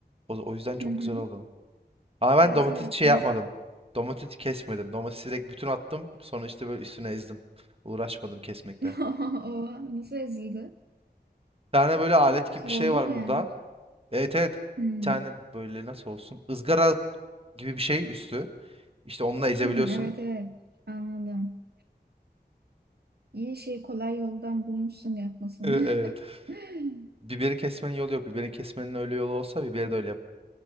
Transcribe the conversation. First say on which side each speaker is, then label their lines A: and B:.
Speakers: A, on the right (about 35°); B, on the right (about 65°).
A: O, o yüzden çok
B: Hı hı.
A: güzel oldu. Ama ben
B: Evet
A: domates
B: evet
A: şey
B: yumuşak.
A: yapmadım. Domatesi kesmedim. Domatesi direkt bütün attım. Sonra işte böyle üstüne ezdim. Uğraşmadım kesmekle.
B: <laughs> O nasıl ezildi?
A: Bir tane böyle alet gibi
B: Şey
A: bir şey
B: oldu
A: var
B: mu yani?
A: burada. Evet evet.
B: Hmm.
A: Bir tane böyle nasıl olsun. ızgara gibi bir şey üstü. İşte onunla ezebiliyorsun.
B: Hmm, evet
A: <laughs>
B: evet anladım. İyi şey kolay yoldan bulmuşsun yapmasını.
A: E, Evet.
B: <laughs>
A: Biberi kesmenin yolu yok. Biberi kesmenin öyle yolu olsa biberi de öyle yap.